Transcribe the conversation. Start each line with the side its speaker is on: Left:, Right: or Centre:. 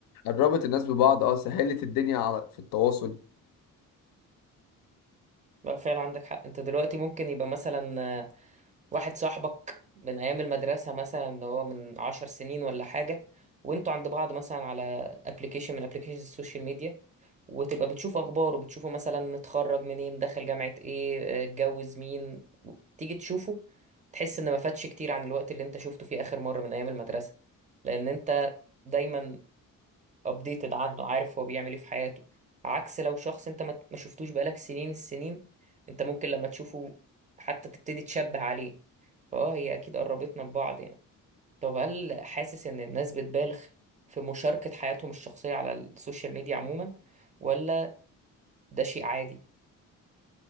Left: قربت الناس ببعض اه سهلت الدنيا على في التواصل
Right: لا فعلا عندك حق أنت دلوقتي ممكن يبقى مثلا واحد صاحبك من أيام المدرسة مثلا اللي هو من عشر سنين ولا حاجة وانتوا عند بعض مثلا على ابلكيشن من ابلكيشن السوشيال ميديا وتبقى بتشوف أخباره بتشوفه مثلا اتخرج منين دخل جامعة ايه اه، اتجوز مين و- تيجي تشوفه تحس إن ما فاتش كتير عن الوقت اللي انت شفته فيه آخر مرة من أيام المدرسة لأن انت دايما updated عنه عارف هو بيعمل ايه في حياته عكس لو شخص انت ما ما شفتوش بقالك سنين السنين انت ممكن لما تشوفه حتى تبتدي تشبه عليه فاه هي اكيد قربتنا ببعض يعني طب هل حاسس ان الناس بتبالغ في مشاركة حياتهم الشخصية على السوشيال ميديا عموما ولا ده شيء عادي